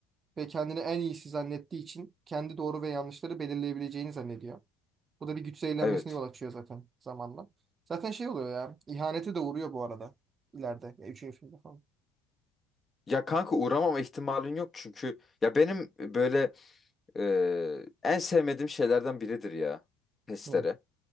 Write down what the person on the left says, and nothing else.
Evet.
Ya kanka uğramama ihtimalin yok çünkü ya benim böyle Ee, en sevmediğim şeylerden biridir ya. Testere.